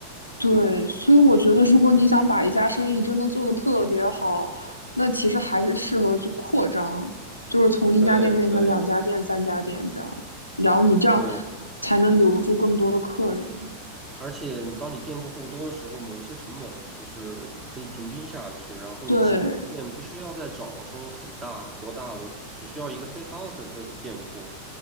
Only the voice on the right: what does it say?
对对
对，
而且当你店铺够多的时候，某一些成本就是可以平均下去，然后你其他店不需要再找说很大多大，
我只需要一个 take out 的这种店铺。